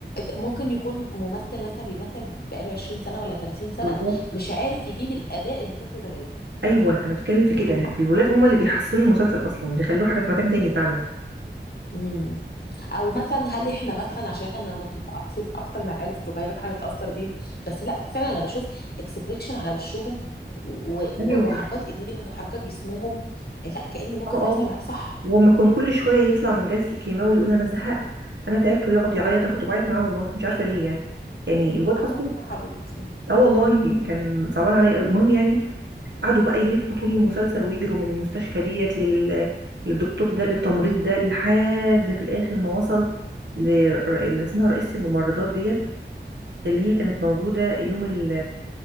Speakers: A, on the left; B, on the right.
A: ممكن يكون ممثل مثلا بيمثل بقاله 20 سنه ولا 30 سنه
B: بالظبط
A: مش عارف يجيب الاداء اللي الطفل ده جايبه
B: ايوه انا بتكلم في كده الولاد هما اللي بيحسنوا المسلسل اصلا بيخلوه حاجه في مكان تاني فعلا
A: امم او مثلا هل احنا مثلا عشان احنا بنبقى مت- متعاطفين اكتر مع العيال الصغيره فاحنا نتاثر بيهم بس لا فعلا انا بشوف اكسبريشن على وشهم و- و-
B: ايوه
A: وحركات ايديهم وحركات جسمهم لا كأن موقف
B: اه
A: بيحصل
B: اه
A: معاه بصح
B: وما كان كل شويه يطلع من جلسه الكيماوي يقول انا زهقت انا تعبت ويقعد يعيط انا كنت بعيط معاه والله مش عارفه ليه يعني يعني
A: يا
B: الواد
A: نهار
B: اصلا
A: يا حبيبتي
B: اه والله كان صعبان عليا قوي المهم يعني قعدوا بقى يلفوا طول المسلسل ويجروا من المستشفى ديت لل... للدكتور ده للتمريض ده لحد في الاخر ما وصل ل- اللي اسمها رئيسة الممرضات ديت اللي هي كانت موجوده يوم ال...